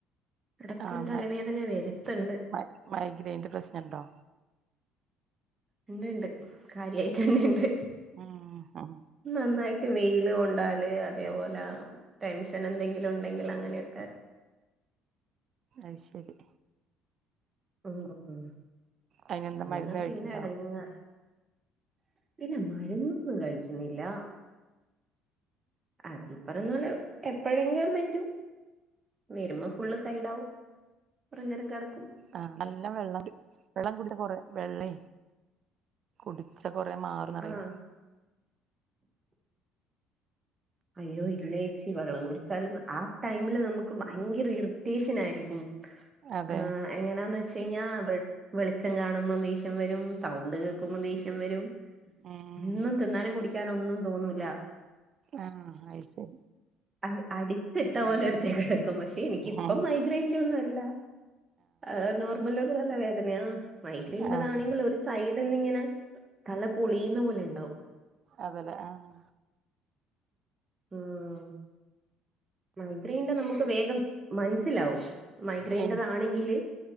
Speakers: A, on the right; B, on the right.
A: ഇടക്കൊരു
B: ആമൈ
A: തലവേദന വരുത്തുണ്ട്
B: മൈ മൈഗ്രൈയിന്റെപ്രശ്നംണ്ടോ?
A: ഇണ്ട്ണ്ട് കാര്യയ്റ്റന്നെണ്ട്
B: ഉംഹ് അഹ്
A: നന്നായിട്ട് വെയ്ല്കൊണ്ടാല് അതേപോലെ ടെൻഷനെന്തെങ്കിലും ഉണ്ടെങ്കില് അങ്ങനെയൊക്കെ
B: അയ്ശെരി
A: ഉം ഉം ഉം
B: അയിനെന്താ
A: വന്നപിന്നെഎടങ്ങെറ്
B: മരുന്ന് കഴിക്ക്ണ്ടോ
A: പിന്നെ മര്ന്നൊന്നും കഴിക്ക്‌ണില്ല. അതീപറയ്ന്നൊലെ എപ്പെഴെങ്കിലുംവരും വരുമ്പോ ഫുള്ള്സൈഡാവും കൊറെനേരംകടക്കും.
B: ആഹ് നല്ലവെള്ളം കു വെള്ളംകുടിയകൊറ വെള്ളേ കുടിച്ചകൊറെമാറുന്ന്റിയ
A: ആഹ് അയ്യോ ഇല്ലേച്ചി വള്ളംകുടിച്ചാലും ആ ടൈമില് നമുക്ക് ഭയങ്കര ഇറിറ്റേഷനായിരിക്കും
B: അതെ
A: ആഹ് എങ്ങനാന്ന് വെച്ച് കഴിഞ്ഞാ വെളിച്ചംകാണുമ്പോ ദേഷ്യംവരും സൗണ്ട്കേക്ക്‌മ്പോ ദേഷ്യംവരും
B: ഉം
A: ഒന്നും തിന്നാനും കുടിക്കാനൊന്നും തോന്നൂല്ല
B: ആഹ് അയ്ശരി
A: അഹ് അടിച്ചിട്ടപോലെരു <unintelligible> പഷെനിക്കിപ്പം
B: ആഹ്
A: മൈഗ്രൈയിന്റെ ഒന്നു അല്ല അഹ് നോർമലൊരു തലവേദനയാ മൈഗ്രൈയിന്റെതാണെങ്കിൽ
B: ആഹ്
A: ഒരു സൈഡന്നിങ്ങനെ തല പൊളിയുന്ന പോലെയ്ണ്ടാവും
B: അതലേ ആഹ്
A: ആഹ് മൈഗ്രൈയിന്റെ നമുക്ക് വേഗം മൻസ്സിലാവും മൈഗ്രൈയിന്റെതാണെങ്കില്
B: എൻ